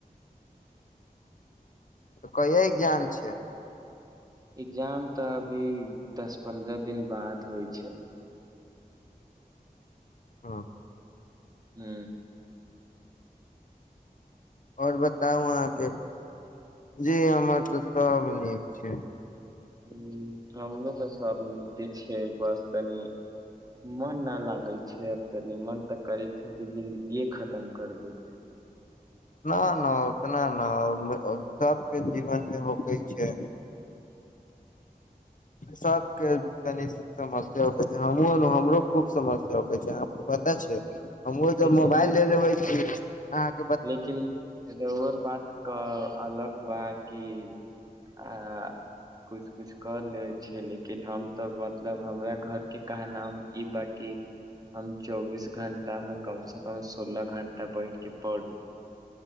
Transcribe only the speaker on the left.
तऽ कहिय एग्जाम छिए
हँ
आओर बताउ अहाँके जी हमर तऽ सब नीक छै <inaudible>
न न उतना ने सबके जीवन मे होकै छै सबके कनि समस्य कहै छै हम हमरो खूब समस्य कहै छै पता छै हमहु जब
मोबाइल ले लेबे छी अहाँ के